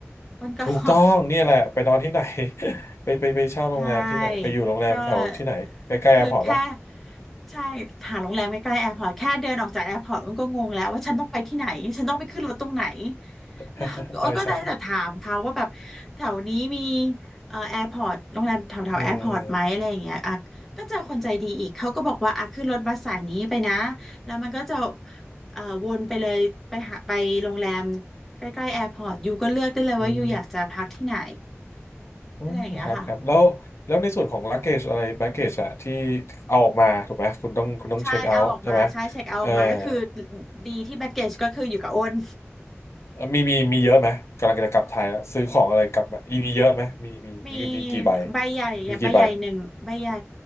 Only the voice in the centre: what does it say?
วันก่อน
ใช่ก็
คือแค่ใช่หาโรงแรมใกล้ๆแอร์พอร์ตแค่เดินออกจากแอร์พอร์ตมันก็งงแล้วว่าฉันต้องไปที่ไหนฉันต้องไปขึ้นรถตรงไหนแล้วอ้นก็ได้แต่ถามเขาว่าแบบแถวนี้มี
เอ่อแอร์พอร์ตโรงแรมแถวแถวแอร์พอร์ตไหมอะไรอย่างเงี้ยอ่ะก็เจอคนใจดีอีกเขาก็บอกว่าอ่ะขึ้นรถบัสสายนี้ไปนะ
แล้วมันก็จะเอ่อวนไปเลยไปหาไปโรงแรมใกล้ๆแอร์พอร์ตยูก็เลือกได้เลยว่ายูอยากจะพักที่ไหน
อะไรอย่างเงี้ยค่ะ
ใช่เอาออกมาใช่เช็คเอาออกมาก็คือ
ดีที่แบ็กเกจก็คืออยู่กับอ้น
มีใบใหญ่อะใบใหญ่หนึ่งใบใหญ่